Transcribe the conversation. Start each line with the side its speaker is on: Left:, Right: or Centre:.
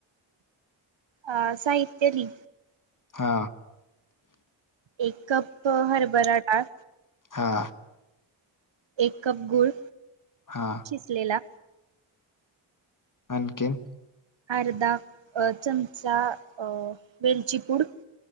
Right: अ साहित्य लि,
Left: हा
Right: एक कप हर्बल डाळ,
Left: हा.
Right: एक कप गुळ
Left: हा
Right: किसलेला,
Left: आणनखीन
Right: अर्धा चमचा वेलचीपूड,